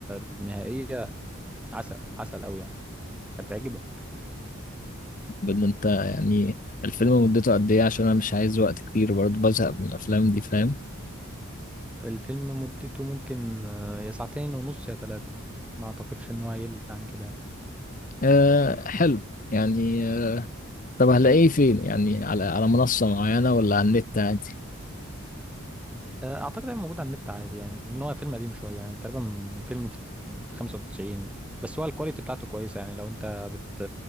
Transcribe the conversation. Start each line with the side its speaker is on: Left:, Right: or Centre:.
Centre: النهائية عسل عسل أوي يعني هتعجبك
Left: بان انت يعني الفيلم مدته قد ايه عشان انا مش عايز وقت كتير برضه بزهق من الافلام دي فاهم
Centre: الفيلم مدته ممكن آه، يا ساعتين ونص يا ثلاثة ما أعتقدش إن هو هيقل عن كده يعني
Left: أه حلو يعني آه، طب هلاقيه فين يعني على على منصة معينة ولا على النت عادي
Centre: آه، أعتقد هيبقى موجود على النت عادي يعني لأن هو فيلم قديم شوية يعني تقريبا من فيلم في 95 بس هو الكواليتي بتاعته كويسة يعني لو أنت بت